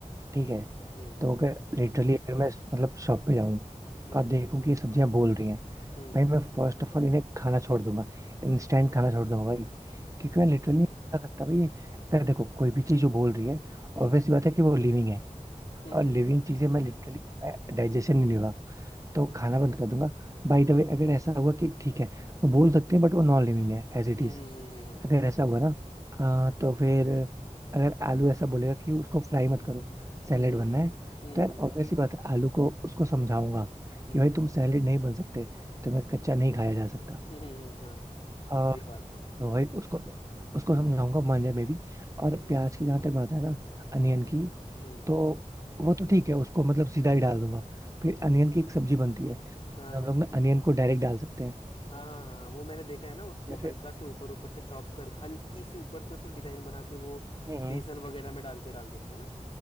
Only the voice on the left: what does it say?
हम्म
हम्म
हम्म
हम्म
हम्म
हम्म
हम्म
हम्म हम्म हम्म हम्म हम्म हम्म,
हम्म,
हम्म,
हम्म, हम्म, हम्म, हम्म, हाँ
वही बात है
हम्म
हम्म
हम्म
हाँ
हाँ
हाँ हाँ हाँ हाँ वो मैंने देखा है ना उसको
हल्का
से ऊपर ऊपर से चॉप कर हल्की सी ऊपर से उसको डिज़ाइन बना के वो
बेसन वगैरह में डाल के डाल देते हैं ना